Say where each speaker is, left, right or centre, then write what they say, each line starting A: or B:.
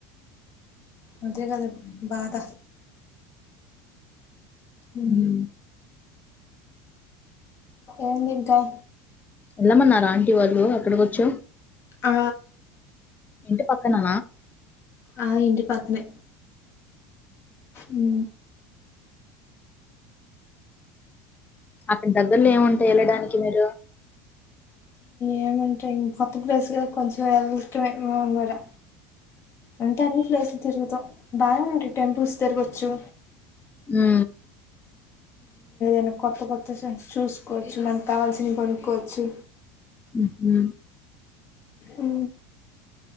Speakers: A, on the left; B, on the left.
A: అదే కదా బాద హ్
B: ఉమ్
A: ఏంది ఇంకా
B: ఎళ్లమన్నరా ఆంటీ వాళ్ళు అక్కడికి వచ్చావు.
A: ఆ
B: ఇంటి పక్కననా
A: ఆ ఇంటి పక్కనే. ఉ
B: అక్కడి దగ్గర్లో ఏముంటయి వెళ్ళడానికి మీరు.
A: ఏముంటయి కొత్త ప్లేస్ కదా కొంచెం వెళ్ళటమే <unintelligible> ర అంటే అన్ని ప్లేస్లు తిరుగుతం బాగా ఉంటయి టెంపుల్స్ తిరగొచ్చు.
B: హ్
A: మన కొత్త కొత్త <unintelligible> చూసుకోవచ్చు, మనకు కావాల్సినవి కొనుక్కోవచ్చు.
B: హుహ్
A: ఉ